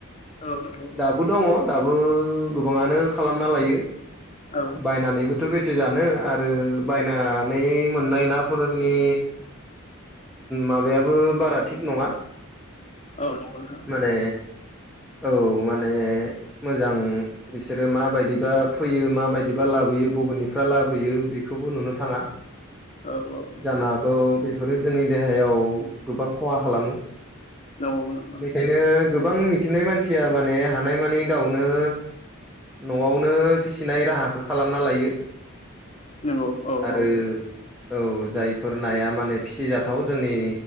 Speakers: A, on the left; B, in the centre.
A: औ <unintelligible>
B: दाबो दङ दाबो गोबाङानो खालामना लायो
A: औ
B: बायनानैबो थ बेसे जानो आरो बायनानै मोननाय नाफोरनि माबायाबो बारा थिग नङा।
A: औ नंगौ नों थां।
B: माने औ माने मोजां बिसोरो माबायदिबा फैयो माबायदिबा लाबोयो बबेनिफाय लाबोयो बेखौबो नुनो थाङा।
A: औ औ।
B: जानो हागौ बेफोरो जोंनि देहायाव गोबां खहा खालामो।
A: <unintelligible>
B: बेनो गोबां मिथिनाय मानसिया माने हानायमानि गावनो न'आवनो फिसिनाय राहाखौ खालामना लायो।
A: नंगौ औ औ
B: आरो औ जायफोर नाया माने फिसिजाथाव जोंनि